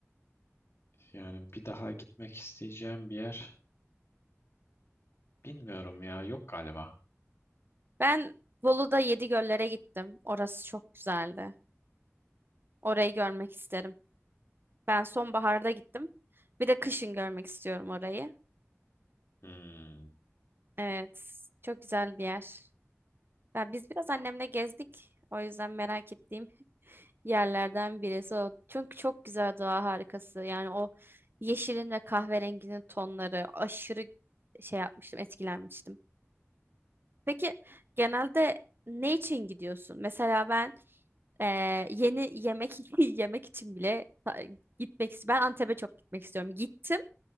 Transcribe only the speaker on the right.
Ben Bolu'da Yedigöller'e gittim. Orası çok güzeldi. Orayı görmek isterim. Ben sonbaharda gittim. Bir de kışın görmek istiyorum orayı.
Evet, çok güzel bir yer. Ya biz biraz annemle gezdik. O yüzden merak ettiğim yerlerden birisi o. Çünkü çok güzel doğa harikası. Yani o yeşilin ve kahverenginin tonları aşırı şey yapmıştım, etkilenmiştim. Peki genelde ne için gidiyorsun? Mesela ben e, yeni yemek <laughs> yemek için bile ta- gitmek istiyorum. Ben Antep'e çok gitmek istiyorum. Gittim